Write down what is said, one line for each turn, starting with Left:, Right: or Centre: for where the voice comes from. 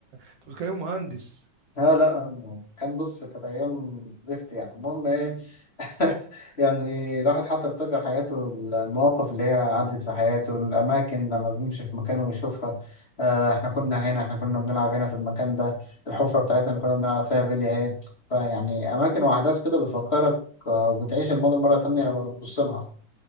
Right: أنت بتكلم مهندس
Left: لا لا أنا- كان بص كانت أيام زفت يعني المهم إيه <laughs> يعني الواحد حتى افتكر حياته المواقف اللي هي عدت في حياته الأماكن لما بيمشي في مكانه ويشوفها آه إحنا كنا هنا إحنا كنا بنلعب هنا في المكان ده الحفرة بتاعتنا اللي كنا بنلعب فيها بلي أهي فيعني أماكن وأحداث كده بتفكرك آه، وبتعيش الماضي مرة تانية لما بتبص لها